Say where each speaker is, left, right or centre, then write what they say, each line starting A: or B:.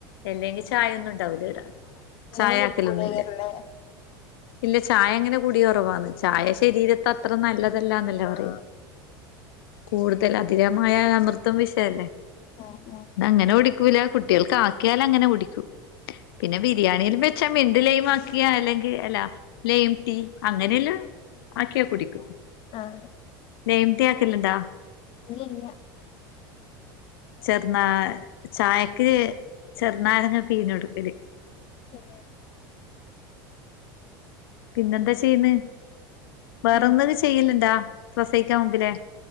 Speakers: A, on the left; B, on the left.
A: എല്ലെങ്കി ചായെന്നും ഇണ്ടാവൂല ഇവിടെ
B: നിങ്ങളും
A: ചായ
B: കുടിക്കൂലേക്കാരല്ലേ
A: ആക്കലൊന്നുംല്ല. ഇല്ലേ ചായ അങ്ങനെ കുടി കൊറവാന്ന് ചായ ശരീരത്ത അത്ര നല്ലതല്ലാന്നല്ലെ
B: ആഹ്
A: പറയാ. കൂടുതൽ അതികമായ അമൃതും വിഷ അല്ലേ.
B: ആഹ് ആഹ്
A: അങ്ങനെ കുടിക്കൂലാ കുട്ട്യാൾക്ക് ആക്കിയാലങ്ങനെ കുടിക്കും. പിന്നെ ബിരിയാണില്ലാം ബെച്ചാ മിന്റ്ലെയ്മാക്കിയാ അല്ലെങ്കി എല്ലാ- ലെയിം ടീ അങ്ങനെല്ലാം ആക്കിയാ കുടിക്കും.
B: ആഹ്
A: ലെയിം ടീ ആക്കല്ണ്ടാ?
B: ഇല്ല ഇല്ല്യാ.
A: ചെറ്നാ ചായക്ക് ചെറ്നാരങ്ങ പീഞ്ഞൊട്ക്കല്
B: ആണ്ലേ?
A: പിന്നെന്താ ചെയ്യ്ന്ന്? വേറെൊന്നല്
B: പിന്നെ
A: ചെയ്യല്ണ്ടാ പ്രസയിക്കാ ആവുമ്പത്തിന്?